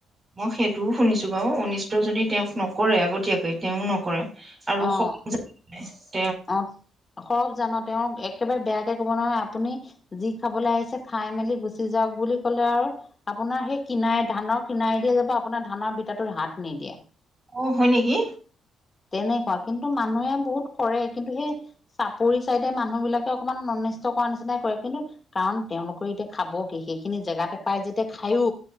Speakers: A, on the right; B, on the left.
A: মই সেইটোও শুনিছো বাৰু অনিষ্ট যদি তেওঁক নকৰে আগতীয়াকে তেওঁও নকৰে আৰু
B: অ
A: ন
B: অ', সৰব জান তেওঁ একেবাৰে বেয়া ত কব নোৱাৰে আপুনি যি খাবলৈ আহিছে খাই মেলি গুচি যাওক বুলি ক'লে আৰু আপোনাৰ সেই কিনাই ধানৰ কিনাই দিয়ে যাব আপোনাৰ ধানৰ বিটাটো হাত নিদিয়ে।
A: অ হয় নেকি
B: তেনেকুৱা কিন্তু, মানুহে বহুত। কৰে কিন্তু সেই চাপৰি চাইডে মানুহ বিলাকে অকণমান অনিষ্ট কৰা নিচিনাই কৰে কিন্তু কাৰণ তেওঁ তেওঁলোকৰ এতিয়া খাব কি সেইখিনি জেগাতে পাই যেতিয়া খায়ো